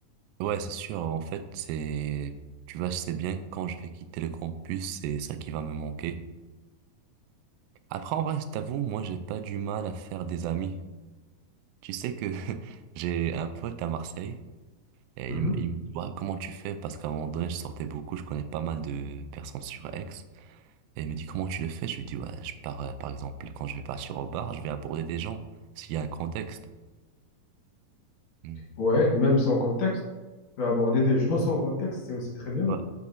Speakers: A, on the right; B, on the left.
A: Ouais, c'est sûr. En fait, c'est, tu vois, je sais bien que quand je vais quitter le campus, c'est ça qui va me manquer. Après, en vrai, je t'avoue, moi, j'ai pas du mal à faire des amis. Tu sais que <laughs> j'ai un pote à Marseille et
B: Mhm.
A: il, me- il me dit, Ouais, comment tu fais? Parce qu'à un moment donné, je sortais beaucoup, je connais pas mal de personnes sur Aix. Et il me dit, comment tu le fais? Je lui dis, ouais, je pars, euh, par exemple, quand je vais partir au bar, je vais aborder des gens, s'il y a un contexte. Hmm.
B: Ouais, même sans contexte. Tu peux aborder des <laughs> gens sans contexte, c'est aussi très bien.
A: Ouais.